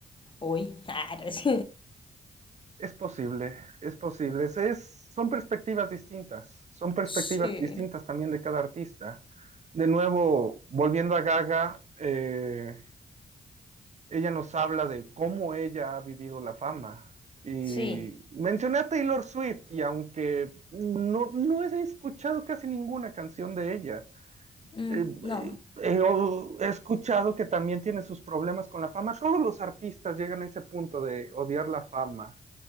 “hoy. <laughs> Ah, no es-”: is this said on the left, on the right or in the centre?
Left